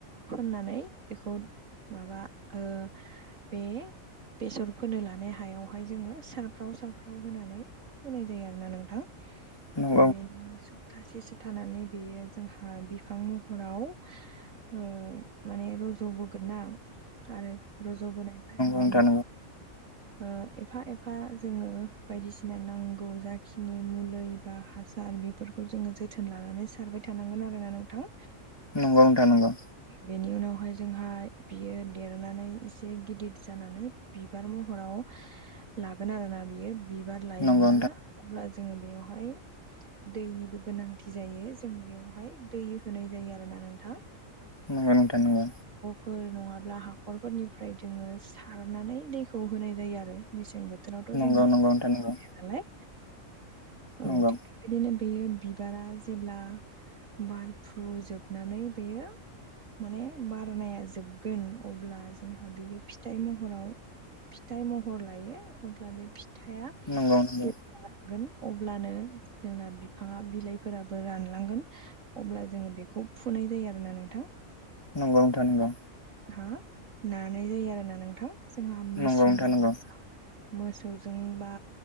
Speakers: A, on the right; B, on the left.
A: फोननानै बेखौ माबा ओ बे बेसर फोनो लानाय हायावहाय जोङो सारफ्राव सारफ्राव होनानै फोनाय जायो आरो ना नोंथां।
B: नंगौ
A: बेनि सप्तासे थानानै बेयो जोंहा बिफां महराव उम माने रज'बोगोन ना आरो। रज'बोनाय टाइमावनो
B: नोंथां
A: ओ एफा एफा जोङो बायदिसिना नांगौ जाखिनि मुलै बा हासार बेफोरखौ जोङो जोथोन लानानै सारबाय थानांगोन आरोना नोंथां।
B: नंगौ नोंथां नंगौ।
A: बेनि उनावहाय जोंहा बियो देरनानै एसे गिदिर जानानै बिबार महराव लागोन आरोना बियो बिबार लायोब्ला
B: नंगौ
A: अब्ला, जोङो बेयावहाय दैनिबो गोनांथि जायो। जों बेवहाय दै होनाय जायो आरोना नोंथां।
B: नांगौ नोंथां नंगौ।
A: फोर नङाब्ला हाखरफोरनिफ्राय जोङो सारनानै दैखौ होनाय जायो आरो मेसें बो थोरावथ' जोंहालाय
B: नंगौ नंगौ नोंथां नंगौ
A: <unintelligible> नालाय औ
B: नंगौ
A: थिक बिदिनो बेयो बिबारा जेब्ला बारफ्रुजोबनानै बेयो माने बारनाया जोबगोन अब्ला जोंहा बियो फिथाइ महराव फिथाइ महर लायो। अब्ला बे फिथाइआ
B: नंगौ नंगौ
A: जेब्ला लागोन अब्लानो जोंना बिफाङा बिलाइफोराबो रानलांगोन अब्ला जोङो बेखौ फुनाय जायो आरो। आरोना नोंथां।
B: नंगौ नोंथां नंगौ।
A: हा नानाय जायो आरो ना नोंथां। जोंहा मेसिनजों
B: नंगौ नोंथां नंगौ
A: मोसौजों बा